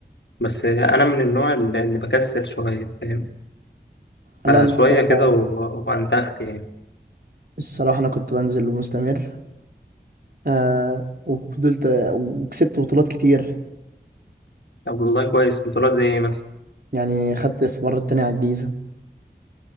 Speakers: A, on the left; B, on the right.
A: بس انا من النوع اللي اللي بكسل شويه فاهم
B: لا
A: فشويه
B: أنا الصراحة
A: كده و... وانتخت يعني
B: الصراحة أنا كنت بنزل ومستمر آه وفضلت وكسبت بطولات كتير
A: طب والله كويس بطولات زي ايه مثلا
B: يعني خدت في مرة تانية على الجيزة